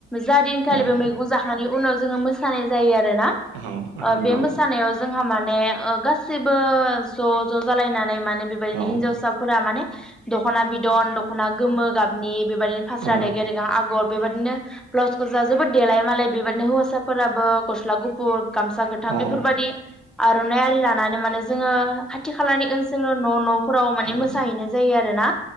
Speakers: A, in the centre; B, on the right (about 85°).
A: जा दिनखालि
B: औ
A: बे मैगं जाखा जोङो मोसानाय जायो आरो आरो ना
B: औ नंगौ
A: बे मोसानायाव जोंहा माने ओ गासि बो ज' ज' जालायनानै माने बेबादिनो
B: औ
A: हिनजावसाफोरा माने दख'ना बिदन दख'ना गोमो गाबनि बेबादिनो फास्रा
B: औ
A: रेगे रेगा आगर बेबादिनो ब्लाउसखौजा जोबोद देलायो मालाय बेबा हौवासाफोराबो गस्ला गुफुर गामसा गोथां
B: औ
A: बेफोरबादि आरनाइ आरि लानानै माने जोङो खाथि खालानि ओनसोलाव न' न'फोराव माने
B: औ
A: मोसाहैनाय जायो आरोना